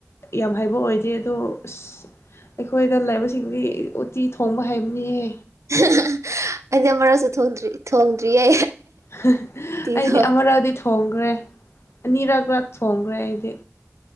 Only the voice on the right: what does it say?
ꯍꯥ-ꯍꯥ-ꯍꯥ ꯑꯩꯗꯤ ꯑꯃꯔꯛꯁꯨ ꯊꯣꯡꯗ꯭ꯔꯤ ꯊꯣꯡꯗ꯭ꯔꯤꯌꯦ
ꯎꯇꯤꯗꯣ